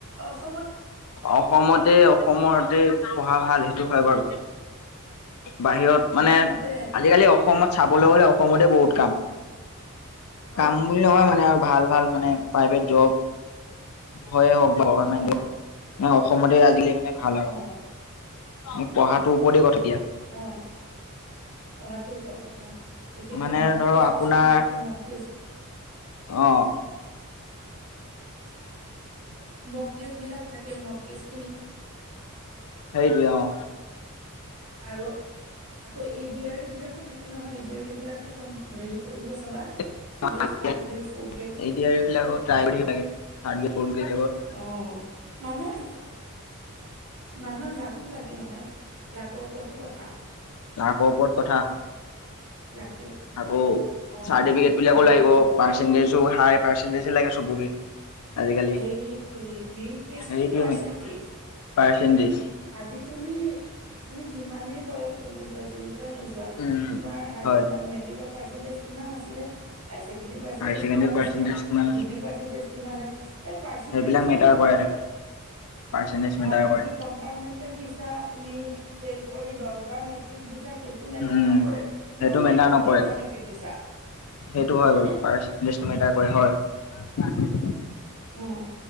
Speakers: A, on the right; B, on the left.
A: অস
B: অসমতে, অসমতে পঢ়া ভাল সেইটো হয় বাৰু। বাহিৰত
A: মোৰ
B: মানে,
A: মতেহে দেই
B: আজিকালি অসমত চাবলৈ গ'লে অসমতে বহুত কাম।
A: অ
B: কাম বুলি নহয় মানে, আৰু ভাল ভাল মানে প্ৰাইভেট জব। <unintelligible> হওক আৰু <unintelligible>
A: অ
B: অসমতে আজিকালি মানে ভাল আৰু।
A: অ
B: মোক পঢ়াটো ওপৰতে কথা এতিয়া।
A: অ' পঢ়াটোৰ ওপৰত কথা। বিশেষকে
B: মানে
A: মকটেষ্ট
B: ধৰক আপোনাৰ
A: কিছুমান থাকে, মকটেষ্ট
B: অ'।
A: মকটেষ্টবিলাক থাকে, মকটেষ্ট
B: সেইটোৱে অ'।
A: আৰু আকৌ এডিয়াৰীবিলাকো থাকে নহয়, এডিয়াৰীবিলাকো কম হেৰি কৰিব চাবা!
B: <unintelligible>
A: দিব
B: ট্ৰাই
A: থাৰ্ড গ্ৰেড
B: কৰি
A: ফৰ্থ গ্ৰেড
B: থাকিব লাগে, থাৰ্ড গ্ৰেড, ফৰ্থ গ্ৰেডবিলাকৰ
A: অ'। মানুহৰ মানুহৰ লাকো লাগে নহয়! লাকৰ ওপৰতো কথা
B: ৰ ওপৰত কথা।
A: লাকেও
B: আকৌ
A: অ
B: চাৰ্টিফিকেটবিলাকো
A: লাকি
B: লাগিব,
A: ফ্লেভাৰ
B: পাৰ্চেন্টেজো
A: কৰিব
B: হাই, পাৰ্চেন্টেজ লাগে চবকে। আজিকালি
A: এইটোৱেই, মেইন কেচটোতো
B: হেৰিটোৱে
A: পাৰ্চেণ্টেজ।
B: মেইন পাৰ্চেন্টেজ
A: আজি তুমি তুমি যিমানে বয়স হৈ নোযোৱা যেনেকুৱাই নোযোৱা
B: উম
A: তোমাৰ হ
B: হয়
A: মানে মেট্ৰিকৰ পাৰ্চেন্টেজ কিমান আছিলে? High secondary percentage
B: higher secondary
A: কিমান
B: পাৰ্চেন্টেজ
A: আছিলে,
B: কিমান
A: ডিগ্ৰী
B: আছে
A: পাৰ্চেন্টেজ কিমান আছ এ পাৰচেণ্টেজটোহে
B: সেইবিলাক মেটাৰ
A: মনত
B: কৰে আজিকালি
A: থয়।
B: পাৰ্চেন্টেজ মেটাৰ
A: অঁ
B: কৰে
A: তুমি কম্পাৰমেণ্ট দিছা, তুমি ফেইল কৰি দচ বাৰ মেট্ৰিক দিছা সেইটো মেটাৰ
B: উম
A: নকৰে,
B: সেইটো
A: নোশোধেই
B: মেটাৰ নকৰে
A: কেইবাৰ মেট্ৰিক দিছা।
B: সেইটো হয়
A: হয়নে
B: বাৰু পাৰচেণ্টেজ মেটাৰ কৰে হয়।
A: উম,